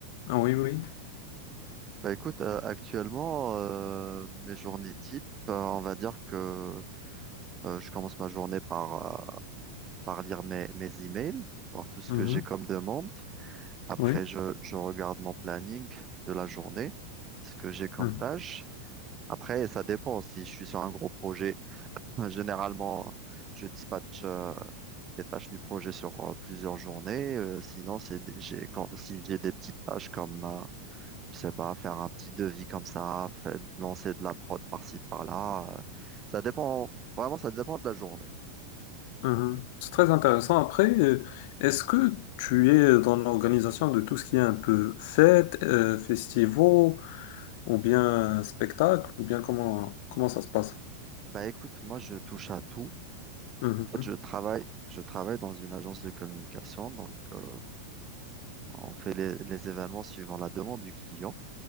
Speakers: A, on the left; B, on the right.
A: Ah oui, oui.
B: bah écoute, euh, actuellement, euh, mes journées type, euh, on va dire que euh, je commence ma journée par, euh, par lire mes, mes emails, voir tout ce
A: Mhm,
B: que j'ai comme demande. Après,
A: Oui.
B: je, je regarde mon planning de la journée, ce que j'ai comme
A: mhm.
B: tâche. Après, ça dépend. Si je suis sur un gros projet, <laughs> généralement, je dispatche euh, les tâches du projet sur euh, plusieurs journées. Euh, sinon, c'est des- j'ai, quand, si j'ai des petites tâches comme, euh, je sais pas, faire un petit devis comme ça, fa- lancer de la prod par-ci, par-là. euh, ça dépend, vraiment, ça dépend de la journée.
A: Mhm. C'est très intéressant. Après, euh, est-ce que tu es dans l'organisation de tout ce qui est un peu fête, euh, festivals, ou bien spectacle, ou bien comment, comment ça se passe?
B: Bah écoute, moi, je touche à tout.
A: Mhm.
B: En fait, je travaille, je travaille dans une agence de communication. Donc, euh, on fait les les événements suivant la demande du client.